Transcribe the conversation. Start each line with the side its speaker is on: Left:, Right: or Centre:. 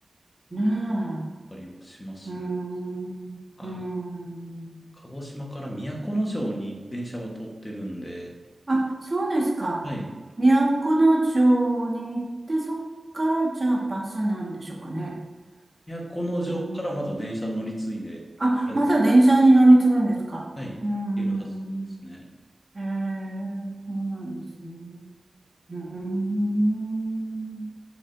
Right: だ。ね
Left: あったりはしますね。
Right: え。うん、
Left: ああ、
Right: うん。
Left: 鹿児島から都城に電車は通ってるんで、
Right: あ、そうですか。
Left: はい。
Right: 都城に行って、そっからじゃあバスなんでしょうかね。
Left: 都城からまた電車乗り継いで、
Right: うんあ、
Left: 宮崎、
Right: まだ電車に乗り継ぐんですかうーん。
Left: はい、行けるはずですね。
Right: ええ、そうなんですね。うーん。